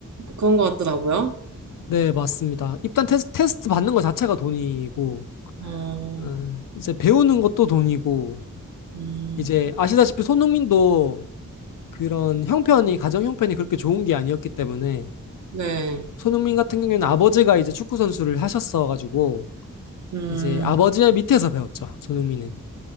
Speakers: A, on the right (about 60°); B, on the left (about 85°).
A: 그런 것 같더라고요.
B: 네, 맞습니다. 입단 테스, 테스트 받는 것 자체가 돈이고
A: 어,
B: 음, 이제 배우는 것도 돈이고
A: 음,
B: 이제 아시다시피 손흥민도 그런 형편이 가정 형편이 그렇게 좋은 게 아니었기 때문에
A: 네,
B: 손흥민 같은 경우에는 아버지가 이제 축구 선수를 하셨어 가지고
A: 음,
B: 이제 아버지의 밑에서 배웠죠. 손흥민은.